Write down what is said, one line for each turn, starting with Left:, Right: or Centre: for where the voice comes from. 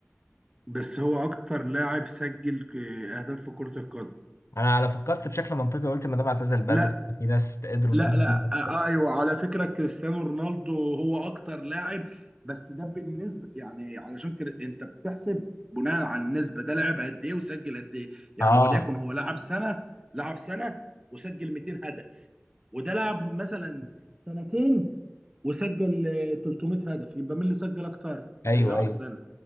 Right: بس هو اكتر لاعب سجل ك- اهداف في كرة القدم
Left: انا انا فكرت بشكل منطقي قلت ما دام اعتزل بدري
Right: لا
Left: في ناس قدروا
Right: لا
Left: ان هم
Right: لا
Left: يجيبوا
Right: آه
Left: اكتر
Right: ايوه على فكرة كريستيانو رونالدو هو اكتر لاعب بس ده بالنسبة يعني علشان كده انت بتحسب بناء على النسبة ده لعب قد ايه وسجل قد ايه يعني
Left: اه
Right: وليكن هو لعب سنة لعب سنة وسجل 200 هدف وده لعب مثلا سنتين وسجل آه، 300 هدف يبقى مين اللي سجل اكتر
Left: ايوه
Right: اللي لعب
Left: ايوه
Right: سنة